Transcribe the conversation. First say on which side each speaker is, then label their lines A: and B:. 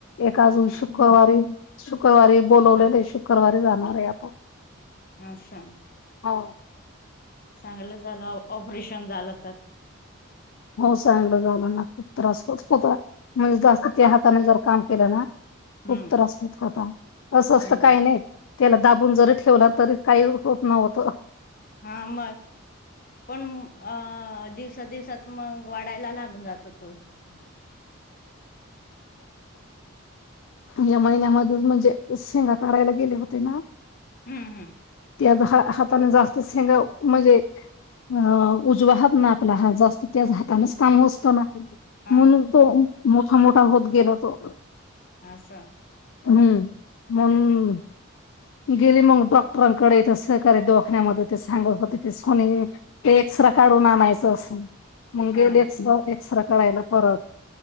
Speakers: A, on the left; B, on the left.
A: एकका अजून
B: हम्म
A: शुक्रवारी शुक्रवारी बोलवलेले शुक्रवारी जाणार आहे आता
B: अससाा
A: हाव.
B: चांगलं झालं ऑपरेशन झालं तर <unintelligible>
A: हो चांगलं जालाना खूप त्रास होच होता म्हणजे जास्त त्या हाताने जर काम केलं ना
B: हम्म
A: खूप त्रास होत होता असं असत
B: हम्म
A: काही नाही त्याला दाबून जरी ठेवला तरी काही होत नव्हत
B: हा मग पण अ दिवसा दिवसात मग वाडायला लागून जात होतो
A: या महिन्यामध्ये म्हणजे शेंगा काढायला गेले होते ना
B: हम्म हम्म
A: त्याज हा हातान जास्त शेंगव म्हणजे अ उजवाहात ना आपला हात जास्त त्याच हातानेच काम हो असतं ना
B: हा
A: म्हणून तो मोठा मोठा होत गेला तो <unintelligible>
B: असछा <unintelligible>
A: हम्म मोल गेली मग डॉक्टरांकडे इथ सहकारी दळखण्यामध्ये ते सांगत हो तथे सोनी तेक्स्र काढून आणायचं असं मग
B: हा
A: गेली एक्सरे करायला परत